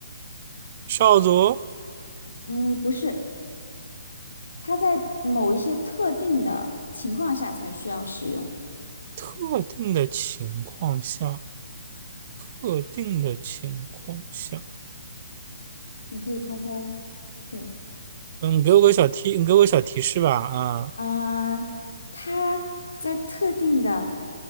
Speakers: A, on the right; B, on the left.
A: 少佐，
B: 嗯，不是，它在某一些特定的情况下才需要使用。
A: 特定的情况下，特定的情况下，
B: 你可以猜猜，对，
A: 嗯，给我个小提，你给我个小提示吧啊，
B: 嗯、呃它在特定的